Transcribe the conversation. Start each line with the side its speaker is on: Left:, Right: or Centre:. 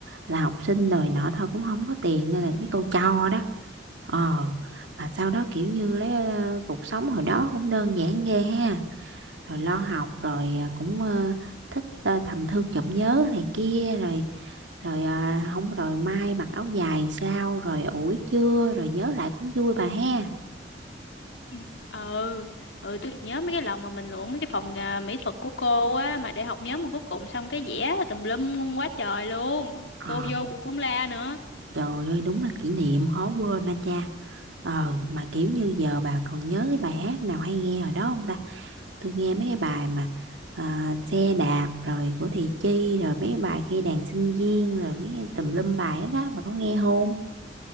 Right: là học sinh rồi nọ thôi cũng không có tiền nên là mấy cô cho đó ờ mà sau đó kiểu như lấy ờ, cuộc sống hồi đó cũng đơn giản ghê ha rồi lo học rồi ờ, cũng ờ, thích ờ, thầm thương trộm nhớ này kia rồi rồi ờ, không rồi mai mặc áo dài sao rồi ủi chưa rồi nhớ lại cũng vui bà ha
Left: ừ ờ, ừ tôi nhớ mấy cái lần mà mình luận mấy cái phòng à, mỹ thuật của cô á mà để học nhóm mà cuối cùng xong cái vẽ tùm lum quá trời luôn
Right: ờ
Left: cô vô cô cũng la nữa
Right: trời ơi đúng là kỷ niệm khó quên anh cha Ờ mà kiểu như giờ bà còn nhớ cái bài hát nào hay nghe hồi đó không ta? Tôi nghe mấy cái bài mà à, xe đạp rồi của Thị Chi rồi mấy cái bài khi đàn sinh viên rồi mấy cái tùm lum bài đó, đó bà có nghe không?